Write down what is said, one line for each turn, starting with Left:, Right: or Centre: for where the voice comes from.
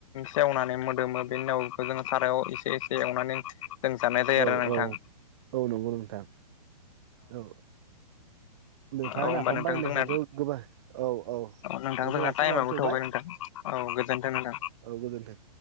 Left: सेवनानै मोदोमो बेनि उनाव खौ जोङो सारायाव एसे एसे एवनानै जों जानाय जायो
Right: औ
Left: आरो नोंथां
Right: औ औ नंगौ नोंथां औ नोंथाङा
Left: औ होमबा
Right: नाफाम
Left: नोंथां
Right: बानायनायखौथ'
Left: जोंना
Right: गोबां औ औ
Left: नोंथां
Right: दे
Left: जोंना
Right: जोंहा
Left: टाइमाबो
Right: समाबो थ'बाय
Left: थौबाय नोंथां औ गोजोन्थों नोंथां
Right: औ गोजोन्थों